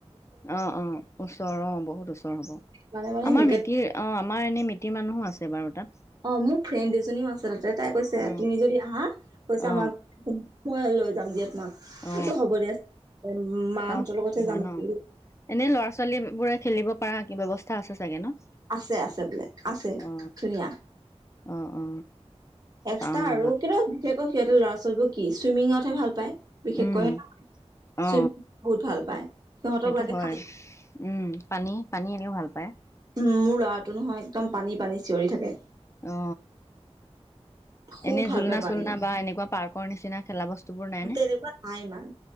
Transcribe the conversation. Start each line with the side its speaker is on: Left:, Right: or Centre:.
Left: অ অ ওচৰ অ বহুত ওচৰ হ'ব
Right: মানে মানে
Left: আমাৰ
Right: সেনেকে
Left: মিতিৰ অ আমাৰ এনেই মিতিৰ মানুহো আছে বাৰু তাত
Right: অ মোৰ ফ্ৰেণ্ড দুজনীও আছে তাতে তাই কৈছে
Left: অ,
Right: তুমি যদি আহা কৈছে
Left: অ,
Right: আমাৰ ঘ মই লৈ যাম দিয়া তোমাক
Left: অ,
Right: আচছা হ'ব দিয়া মাহঁতৰ
Left: চাওচোন
Right: লগতহে
Left: কি হয়
Right: যাম
Left: ন
Right: বোলো
Left: এনেই ল'ৰা ছোৱালী বোৰে খেলিব পাৰা কিব ব্যৱস্থা আছে চাগে ন
Right: আছে আছে বোলে আছে
Left: অ,
Right: ধুনীয়া
Left: অ, অ,
Right: এক্সট্ৰা
Left: চাও ৰবা
Right: আৰু কিন্তু বিশেষকৈ সিহঁৰ ল'ৰা ছোৱালীবোৰ কি চুইমিঙতহে ভাল পায় বিশেষকৈহে
Left: উম, অ
Right: চুইমিং বহুত ভাল পায় সিহঁতক
Left: সেইটো
Right: লাগে
Left: হয়
Right: খালি
Left: উম পানী পানী তেওঁ ভাল পায়।
Right: উ মোৰ ল'ৰাটো নহয় একদম পানী পানী চিঞৰি থাকে।
Left: অ
Right: খুব
Left: এনে
Right: ভাল
Left: জুলনা
Right: পায় পানী,
Left: চুলনা বা এনেকুৱা পাৰ্কৰ নিচিনা খেলা বস্ত- বস্তুবোৰ নাইনে
Right: তেনেকুৱা নাই ইমান